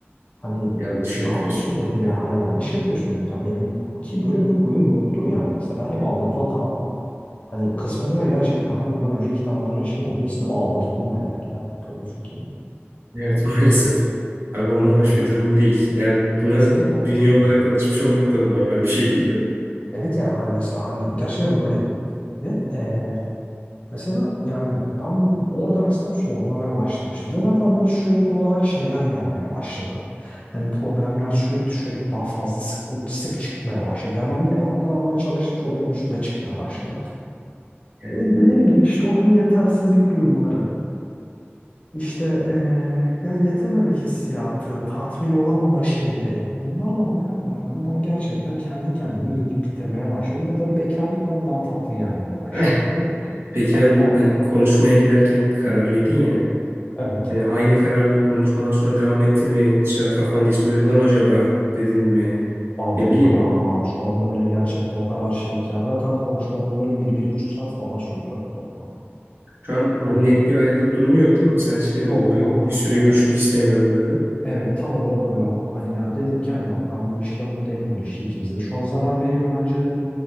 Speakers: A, on the left (about 30°); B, on the right (about 60°).
A: Hani
B: yanlış
A: ne
B: yapıyorsun
A: yapıyorsun dedim
B: dedin.
A: ya. Hani yanlış yapıyorsun dedim ya. Benim ki böyle bir huyum yoktur yani. Mesela ben hep aldatılan taraf oldum. Hani kısmet o ya gerçekten. Hani bundan önce iki tane uzun ilişkim oldu. İkisinde de aldatıldım ben yani. Lanet olsun ki.
B: Evet <laughs> maalesef. Abi onlar hoş
A: Hani
B: bir durum değil. Yani buna
A: kesinlikle
B: bünye
A: hoş bir
B: olarak
A: durum değil.
B: da alışmış olmak da normal bir şey değil de.
A: Evet yani hani mesela hani gerçekten böyleydi. Ve eee, Mesela yani ben bu- orada mesela bir sorgulamaya başlamıştım. Ve zaten böyle sürekli olarak şeyler gelmeye başladı. Hani problemler sürekli sürekli daha fazla sık, sık çıkmaya başladı. Ya ben böyle alttan almaya çalıştıkça o benim üstüme çıkmaya başladı.
B: Yani.
A: Ve dediğim gibi işte o hani yetersizlik duyguları, işte eee, yani yetememe hissiyatı, tatmin olamama şeyleri. Bunlarla beraber hani ben gerçekten kendi kendimi yiyip bitirmeye başladım. Ve böyle bekarlık bana daha tatlı gelmeye başladı.
B: <laughs> Peki
A: Hani
B: abi bu
A: ya
B: hani konuşmaya giderken kararlıydın ya.
A: evet.
B: Hani aynı kararlılık konuşmadan sonra devam etti mi? Mesela Kafanda hiç böyle lan acaba dedin mi?
A: Abi
B: Ne
A: yok
B: bileyim.
A: ya şu anda bile gerçekten o kadar şeyim ki. Yani zaten konuşmamız böyle bir, bir buçuk saat falan sürdü toplam.
B: Şu an ama
A: Hani
B: net bir ayrılık durumu yok değil mi? Sen şey
A: yok
B: dedin ben
A: yok
B: bir süre
A: hani
B: görüşmek istemiyorum dedin.
A: evet tam olarak öyle abi. Hani ya dedim ki hani bak ben bu ilişkide mutlu değilim bu ilişki ikimize de şu an zarar veriyor bence dedim.